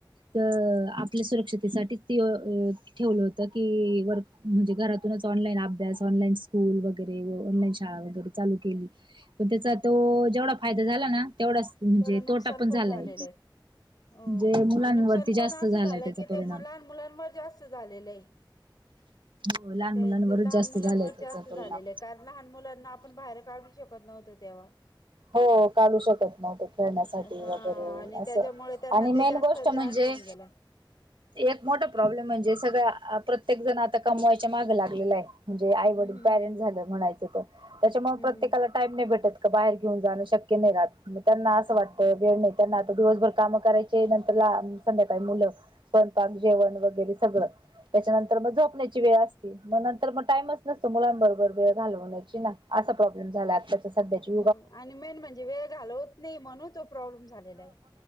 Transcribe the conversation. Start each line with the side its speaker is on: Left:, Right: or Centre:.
Right: अ आपल्या सुरक्षतेेसाठीच ठेवलं होतं की वर म्हणजे घरातूनच ऑनलाईन अभ्यास ऑनलाईन स्कूल वगैरे व ऑनलाईन शाळा वगैरे चालू केली व पण त्याचा तो जेवढा फायदा झाला ना तेवढाच म्हणजे
Left: तेवढं नुकसान
Right: तोटा पण झालाय.
Left: झालेलं आहे हो
Right: म्हणजे मुलांवरती
Left: आणि नुकसान
Right: जास्त
Left: पण असं
Right: झालाय
Left: झालंय
Right: त्याचा
Left: की ते
Right: परिणाम.
Left: मु लहान मुलांवर जास्त झालेलं आहे.
Right: हो लहान
Left: ते
Right: मुलांवरच
Left: ज लहान
Right: जास्त
Left: मुलांवर
Right: झालाय त्याचा
Left: जास्त झालेलं
Right: परिणाम.
Left: कारण लहान मुलांना आपण बाहेर काढू शकत नव्हतो तेव्हा.
Right: हो काढू शक त नव्हतो खेळण्यासाठी
Left: हा
Right: वगैरे
Left: आणि
Right: असं
Left: त्याच्यामुळे त्यांना
Right: आणि मेन
Left: ते जास्त
Right: गोष्ट म्हणजे.
Left: त्रास होऊन गेला
Right: एक मोठा प्रॉब्लेम म्हणजे सगळं प्रत्येक जण आता कमवायच्या माग लागलेला आहे म्हणजे आई
Left: हम्म
Right: वडील पॅरेंट
Left: हम्म
Right: झालं म्हणायचं तर त्याच्यामुळे प्रत्येकाला
Left: हम्म
Right: टाईम नाही भेटत का बाहेर घेऊन जाणं शक्य नाही राहत त्यांना असं वाटत वेळ नाही त्यांना आता दिवसभर कामं करायचे नंतर ला संध्याकाळी मुलं स्वयंमपाक जेवण वगैरे सगळं. त्याच्यानंतर मग झोपण्याची वेळ असती मग नंतर मग टाइमच नसतो मुलांबरोबर वेळ घालवण्याची ना. प्रॉब्लेम झाला आसा सध्या सध्याची
Left: मग आणि मेन म्हणजे वेळ घालवत नाही म्हणू तो प्रॉब्लेम झालेला आहे.